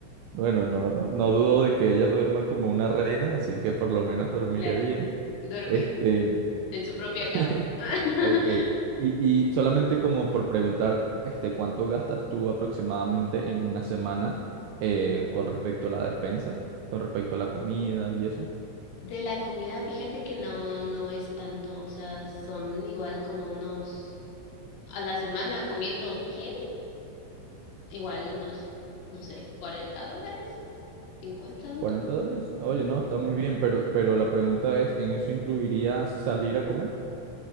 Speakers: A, on the right; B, on the left.
A: Bueno, no, no dudo de que ella duerma como una reina, así que por lo menos dormiré
B: Claro,
A: bien.
B: duerme
A: Este,
B: en su propia
A: <laughs>
B: cama. <laughs>
A: ok. Y, y solamente como por preguntar, este, ¿cuánto gastas tú aproximadamente en una semana eh, con respecto a la despensa, con respecto a la comida y eso?
B: De la comida, fíjate que no, no es tanto, o sea, son igual como unos a la semana comiendo bien, igual unos, no sé, 40 dólares, 50 dólares.
A: cuarenta dólares? Oye, no, está muy bien, pero, pero la pregunta es, ¿en eso incluirías salir a comer?